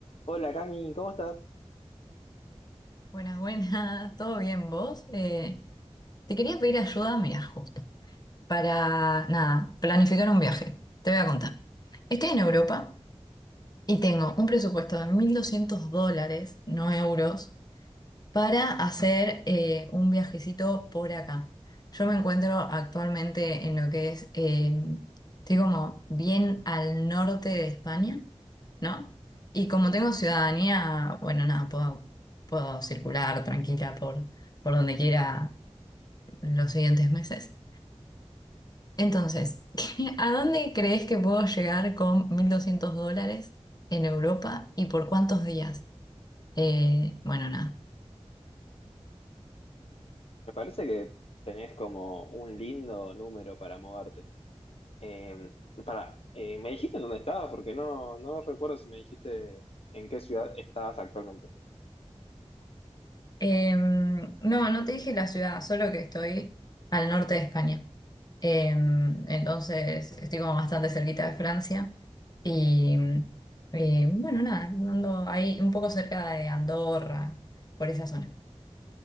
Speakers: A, on the left; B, on the left.
A: Hola Cami, ¿cómo estás?
B: Buenas, buenas, <laughs> ¿todo bien vos? Eh, te quería pedir ayuda, mira, justo, para, nada, planificar un viaje. Te voy a contar. Estoy en Europa y tengo un presupuesto de 1.200 dólares, no euros, para hacer eh, un viajecito por acá. Yo me encuentro actualmente en lo que es, eh, estoy como bien al norte de España, ¿no? Y como tengo ciudadanía, bueno, nada, puedo, puedo circular tranquila por, por donde quiera los siguientes meses. Entonces, <laughs> ¿a dónde crees que puedo llegar con 1.200 dólares en Europa y por cuántos días? Eh, bueno, nada.
A: Me parece que tenés como un lindo número para moverte. Eh, para, eh, ¿me dijiste en dónde estabas? Porque no, no recuerdo si me dijiste en qué ciudad estabas actualmente.
B: Em, no, no te dije la ciudad, solo que estoy al norte de España. Em, entonces estoy como bastante cerquita de Francia. Y, y, bueno, nada, ando ahí un poco cerca de Andorra, por esa zona.